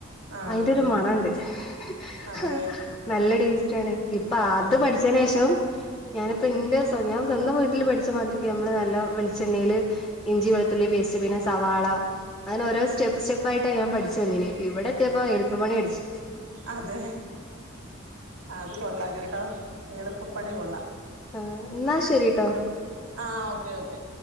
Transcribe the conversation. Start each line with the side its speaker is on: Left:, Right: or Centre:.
Right: ആഹ്
Left: അയിന്റൊരുമണണ്ട് ഹ്
Right: അതെ
Left: ഹ് നല്ല ടേസ്റ്റാണ്. ഇപ്പ
Right: ആഹ്
Left: ത് പഠി ഛേനെഷം ഞാനിപ്പന്റെ സൊ ഞാൻ സ്വന്തം വീട്ടില് പഠിച്ച മാതിരിക്ക് നമ്മള് നല്ലോം വിളിച്ചെണ്ണീല് ഇഞ്ചി വെളുത്തുള്ളി പേസ്റ്റ് പിന്നെ സവാള അങ്ങനെ ഓരോ സ്റ്റെപ്പ് സ്റ്റെപ്പായിട്ടാ ഞാൻ പഠിച്ച് വന്നീന്യേ. ഇവിടെത്തിയപ്പം എളപ്പ പണി പഠിച്ച്.
Right: അതെ അത് കൊള്ളാം കെട്ടോ എളുപ്പപ്പണി കൊള്ളാം
Left: ആഹ് ന്നാ ശരിട്ടൊ
Right: ആഹ് ഒക്കെയോക്കെ